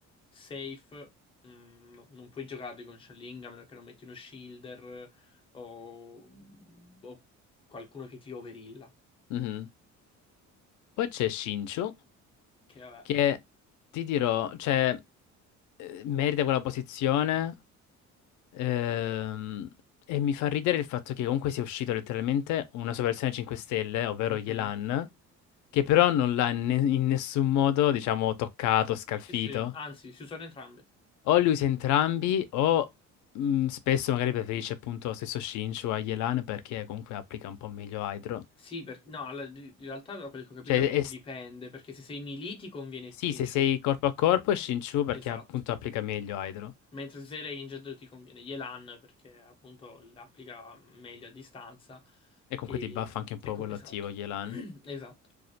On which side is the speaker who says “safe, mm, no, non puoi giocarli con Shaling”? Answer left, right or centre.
Left